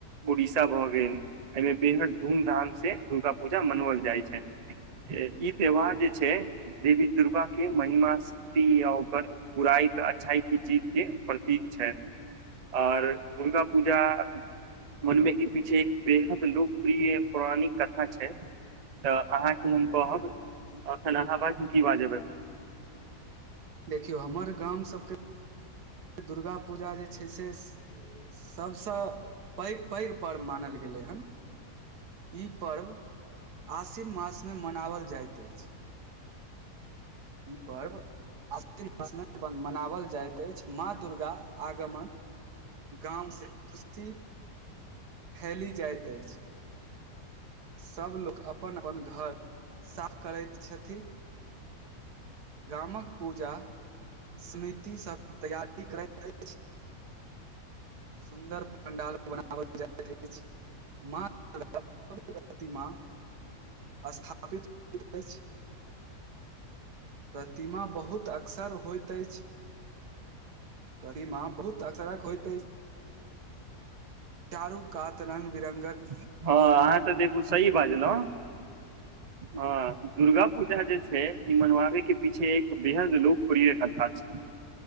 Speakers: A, on the right; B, on the right.
A: उड़ीसा भऽ गेल एहिमे बेहद धूमधाम से दुर्गा पूजा मनवल जाइ छै ई त्यौहार जे छै देवी दुर्गा के महिमा शक्ति या ओकर बुरायी तऽ अच्छाई के जीत के प्रतीक छैय आओर दुर्गा पूजा मनमे की पीछे एक बेहद लोकप्रिय पौराणिक कथा छै तऽ अहाँके हम कहब एखन अहाँ बाजू की बाजबै
B: देखियौ हमर गाम सभके दुर्गा पूजा जे छै से सभसँ पैघ पैघ पर्व मानल गेलै हन ई पर्व आसिन मासमे मनाओल जाइत अछि ई पर्व आसनना <inaudible> मनाओल जाइत अछि माँ दुर्गा आगमन गामसँ खुशी फैली जाइत अछि सभ लोक अपन अपन घर साफ करैत छथि गामक पूजा समितिसभक तैयारी करैत अछि सुन्दर पण्डाल बनाओल जाइत अछि मति <inaudible> स्थापित होयत अछि प्रतिमा बहुत अक्सर होइत अछि कदीमा बहुत अदरक होइत अछि चारू कात रंग बिरंगक
A: हँ अहाँ तऽ देखू सही बाजलौ हँ दुर्गा पूजा जे छै ई मनवाबे के पीछे एक बेहद लोकप्रिय कथा छै